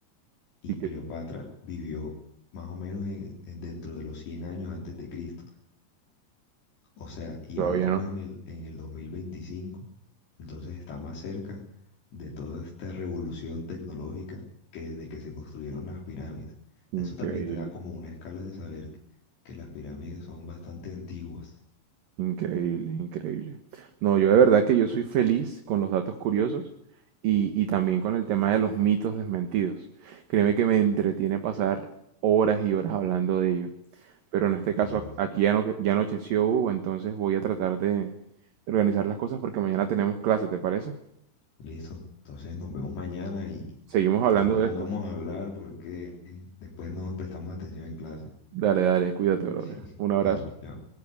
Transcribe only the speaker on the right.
y que
todavía
no.
Increíble.
Increíble, increíble. No, yo de verdad que yo soy feliz con los datos curiosos y, y también con el tema de los mitos desmentidos. Créeme que me entretiene pasar horas y horas hablando de ello. Pero en este
caso ac- aquí ya, no, ya anocheció Hugo, entonces voy a tratar de organizar las cosas porque mañana tenemos clase, ¿te parece?
Seguimos hablando
de
esto.
Dale, dale, cuídate,
brother. Un abrazo.